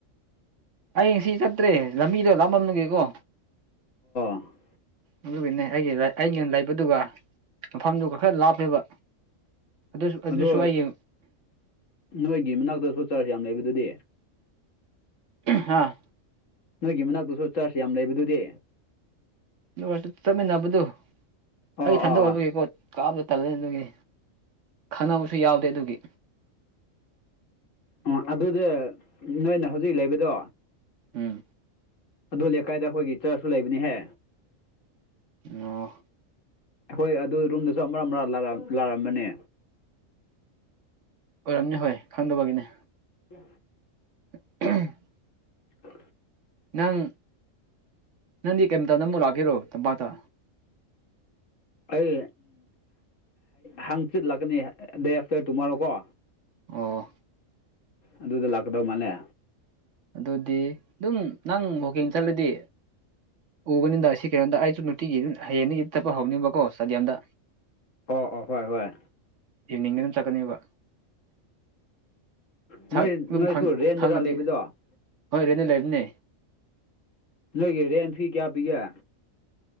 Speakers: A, on the right (about 65°); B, on the left (about 70°).
A: ꯑꯩ ꯁꯤ ꯆꯠꯇ꯭ꯔꯦ ꯂꯝꯕꯤꯗꯣ ꯂꯥꯃꯂꯒꯦꯀꯣ
B: ꯎꯝ
A: ꯑꯗꯨꯒꯤꯅꯦ ꯑꯩꯒꯤ ꯑꯩꯒꯤ ꯂꯩꯕꯗꯨꯒ ꯃꯐꯝꯗꯨꯒ ꯈꯔ ꯂꯥꯞꯄꯦꯕ ꯑꯗꯨꯁꯨ ꯑꯗꯨꯁꯨ
B: ꯑꯗꯣ
A: ꯍꯥꯏꯌꯦ
B: ꯅꯣꯏꯒꯤ ꯃꯅꯥꯛꯇꯁꯨ ꯆꯥꯔꯖ ꯌꯥꯝ ꯂꯩꯕ ꯑꯗꯨꯗꯤ
A: ꯍꯥꯥ
B: ꯅꯣꯏꯒꯤ ꯃꯅꯥꯛꯇꯨꯁꯨ ꯆꯥꯔꯖ ꯌꯥꯝ ꯂꯩꯕꯗꯨꯗꯤ
A: ꯑꯗꯨ ꯆꯠꯃꯤꯟꯅꯕꯗꯨ
B: ꯑꯣ
A: ꯑꯩ
B: ꯑꯣ
A: ꯊꯟꯗ ꯑꯣꯏꯕꯒꯦꯀꯣ
B: ꯑꯣ
A: ꯀꯥꯞꯗ ꯇꯜꯂꯅꯤ ꯑꯗꯨꯒꯤ ꯈꯪꯅꯕꯁꯨ ꯌꯥꯎꯗꯦ ꯑꯗꯨꯒꯤ
B: ꯑꯥ ꯑꯗꯨꯗ ꯅꯣꯏꯅ ꯍꯧꯖꯤꯛ ꯂꯩꯕꯗꯣ
A: ꯎꯝ
B: ꯑꯗꯨꯣ ꯂꯩꯀꯥꯏꯗ ꯑꯩꯈꯣꯏꯒꯤ ꯆꯔꯆꯁꯨ ꯂꯩꯕꯅꯤꯍꯦ
A: ꯑꯣ
B: ꯑꯩꯈꯣꯏ ꯑꯗꯨ ꯔꯨꯝꯗꯨꯁꯨ ꯑꯃꯛ ꯑꯃ ꯂꯥꯛꯔꯝꯕꯅꯦ
A: ꯑꯣꯏꯔꯝꯅꯤ ꯍꯣꯏ ꯈꯪꯗꯕꯒꯤꯅꯦ
B: ꯎ
A: <inaudible>
B: ꯑ
A: ꯅꯪ ꯅꯪꯗꯤ ꯀꯔꯤꯝꯇꯗ ꯑꯃꯨꯛ ꯂꯥꯛꯀꯦꯔꯣ ꯇꯝꯄꯥꯛꯇ
B: ꯑꯩ ꯍꯪꯆꯤꯜꯂꯛꯀꯅꯤ ꯗꯦ ꯑꯐꯇꯔ ꯇꯨꯃꯥꯣꯔꯣ ꯀꯣ
A: ꯑꯣ
B: ꯑꯗꯨꯗ ꯂꯥꯛꯀꯗꯧ ꯃꯥꯜꯂꯦ
A: ꯑꯗꯨꯗꯤ ꯑꯗꯨꯝ ꯅꯪ ꯍꯀꯤꯡ ꯆꯠꯂꯗꯤ ꯎꯕꯅꯤꯗ ꯁꯤ ꯀꯩꯅꯣꯝꯗ ꯑꯩꯁꯨ ꯅꯨꯡꯇꯤꯒꯤ ꯍꯌꯦꯡꯗꯒꯤ ꯆꯠꯄ ꯍꯧꯅꯤꯡꯕꯀꯣ ꯆꯗꯤꯌꯝꯗ
B: ꯑꯣ ꯑꯣ ꯍꯣꯏ ꯍꯣꯏ
A: ꯌꯦꯡꯅꯤꯡꯕ ꯑꯗꯨꯝ ꯆꯠꯀꯅꯦꯕ
B: ꯅꯣꯏ
A: ꯁꯥꯛ ꯑꯗꯨ
B: ꯅꯣꯏꯁꯨ ꯔꯦꯟꯗꯔ
A: ꯈꯪꯉꯗꯤ
B: ꯂꯩꯕꯗꯣ
A: ꯍꯣꯏ ꯔꯦꯅ ꯂꯩꯕꯅꯦ
B: ꯂꯩ ꯔꯦꯟ ꯊꯤ ꯀꯌꯥ ꯄꯤꯒ